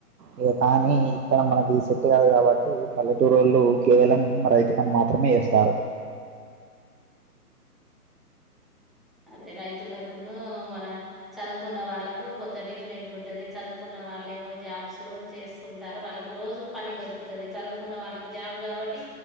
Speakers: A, on the right; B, in the centre.
A: ఇక కానీ ఇక్కడ మనకి సెట్ కాదు కాబట్టి పల్లెటూరోలు కేవలం రైతు పని మాత్రమే ఇస్తారు,
B: అదే రైతులకును మన చదువుకున్న వాళ్ళలకు కొంత డిఫరెంట్ ఉంటది చదువుకున్న వాళ్ళ ఏమో జాబ్స్ చేస్తూ ఉంటారు వాళ్ళకి రోజు పని దొరుకుతది చదువుకున్న వాళ్ళకి జాబ్ కాబట్టి